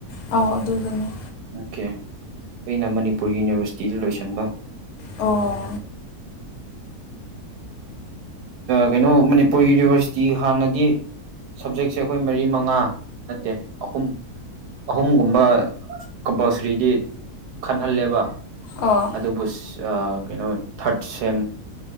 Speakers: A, on the left (about 70°); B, on the right (about 80°).
A: ꯑ ꯑꯗꯨꯗꯅꯤ
B: ꯑꯣꯀꯦ ꯑꯩꯅ ꯃꯅꯤꯄꯨꯔ ꯌꯨꯅꯤꯚꯔꯁꯤꯇꯤꯗ ꯂꯣꯏꯁꯤꯟꯕ
A: ꯑꯣ
B: ꯀꯩꯅꯣ ꯃꯅꯤꯄꯨꯔ ꯌꯨꯅꯤꯚꯔꯁꯤꯇꯤ ꯍꯥꯟꯅꯗꯤ ꯁꯕꯖꯦꯛꯁꯦ ꯑꯩꯈꯣꯏ ꯃꯔꯤ ꯃꯉꯥ ꯅꯠꯇꯦ ꯑꯍꯨꯝ ꯑꯍꯨꯝꯒꯨꯝꯕ ꯀꯝꯄꯜꯁꯔꯤꯗꯤ ꯈꯟꯍꯜꯂꯦꯕ
A: ꯑꯣ
B: ꯑꯗꯨꯕꯨ ꯀꯩꯅꯣ ꯊꯥꯔꯠ ꯁꯦꯝ